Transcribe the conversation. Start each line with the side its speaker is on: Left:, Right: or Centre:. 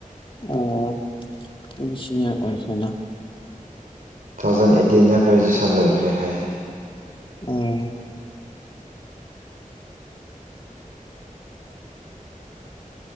Left: ꯑꯣ ꯑꯩꯗꯤ ꯁꯤꯅꯤꯌꯔ ꯑꯣꯏꯈ꯭ꯔꯦꯅ
Right: ꯇꯨ ꯊꯥꯎꯖꯟ ꯑꯩꯠꯇꯤꯟꯗ ꯒ꯭ꯔꯦꯖꯨꯑꯦꯁꯟ ꯂꯣꯏꯈ꯭ꯔꯦ ꯍꯥꯏ
Left: ꯎꯝ